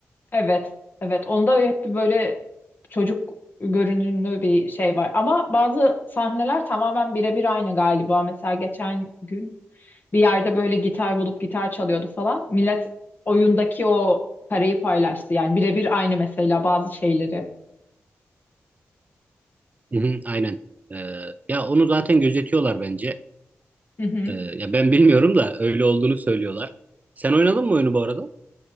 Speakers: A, on the left; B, on the right.
A: Evet evet onda hep bir böyle çocuk görünümlü bir şey var. Ama bazı sahneler tamamen birebir aynı galiba. Mesela geçen gün bir yerde böyle gitar bulup gitar çalıyordu falan. Millet oyundaki o parayı paylaştı. Yani birebir aynı mesela bazı şeyleri.
B: Hı hı, aynen. Ee, ya onu zaten gözetiyorlar bence.
A: Hı hı.
B: Ee, ya ben bilmiyorum da öyle olduğunu söylüyorlar. Sen oynadın mı oyunu bu arada?